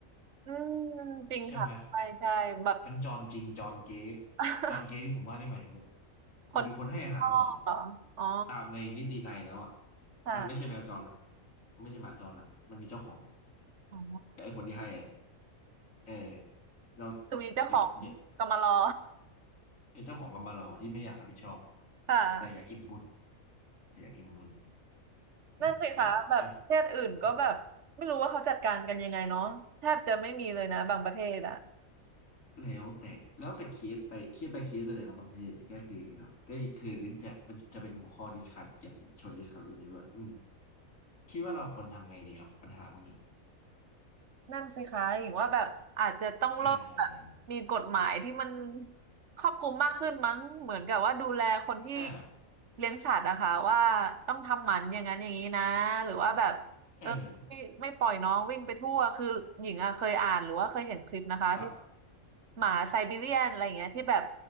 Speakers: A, on the right (about 60°); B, on the left (about 65°).
A: อืมจริงค่ะใช่ใช่แบบ
B: ใช่ไหมทั้งจรจริงจรเก๊
A: <laughs>
B: จรเก๊ที่ผมว่านี่หมายถึงแบบ
A: คน
B: มีคนให้อาหารตลอดอะ
A: พ่อเหรอ อ๋อ
B: ตามในนิตินัยแล้วอ่ะ
A: ค่ะ
B: มันไม่ใช่แมวจรละมันไม่ใช่หมาจรละมันมีเจ้าของ
A: อ๋อ
B: กับไอ้คนที่ให้แหละเออเรา
A: คือมีเจ้าของกำมารอ
B: แบบเนี่ยไอ้เจ้าของกรรมารอที่ไม่อยากรับผิดชอบ
A: <laughs> ค่ะ
B: แต่อยากอิ่มบุญอยากอิ่มบุญ อืมเนี่ยอ่ะ
A: นั่นสิคะแบบประเทศอื่นก็แบบไม่รู้ว่าเขาจัดการกันยังไงเนาะแทบจะไม่มีเลยนะบางประเทศอะ
B: อืมแล้วแต่แล้วแต่เคสไปเคสไปเคสไปเลยครับบางประเทศก็คือเราก็คือจะมันจะเป็นหัวข้อดิสคัสอยากชวนดิสคัสตรงนี้ว่าอืมคิดว่าเราควรทำไงดีครับปัญหาพวกนี้
A: นั่นสิคะหญิงว่าแบบอาจจะต้องเริ่มแบบมีกฎหมายที่มัน
B: เออ
A: ครอบคลุมมากขึ้นมั้งเหมือนกับว่าดูแลคนที่
B: อ่า
A: เลี้ยงสัตว์นะคะว่าต้องทำหมันอย่างนั้นอย่างนี้นะหรือว่าแบบ
B: เออ
A: ไม่ไม่ปล่อยน้องวิ่งไปทั่วคือหญิงอะเคยอ่านหรือว่าเคยเห็นคลิปนะคะที่
B: ครับ
A: หมาไซบีเรียนอะไรอย่างเงี้ยที่แบบ